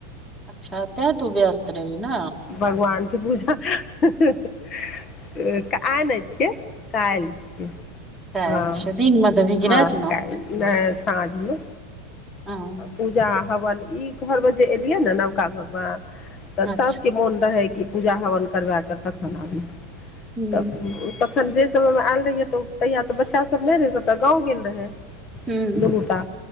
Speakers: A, in the centre; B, on the left (about 30°).
A: अच्छा तें तू व्यस्त रही ने
B: भगवानक पूजा आइ नहि छियै काल्हि छियै
A: काल्हि
B: हँ
A: छियौ दिनमे देबही कि
B: हँ
A: रातिमे
B: कऽ साँझमे
A: हँ
B: पूजा हवन ई घर मे जे एलियै ने नवका घर मे तऽ
A: अच्छा
B: सभके मोन रहै कि पूजा हवन करबा कऽ तखन आबी
A: हूँ
B: तब ओ तऽ अखन जे समय मे आयल रहिय त तहिया तऽ बच्चा सब नहि रहे सबटा गाँव गेल रहे
A: हूँ
B: द लूटा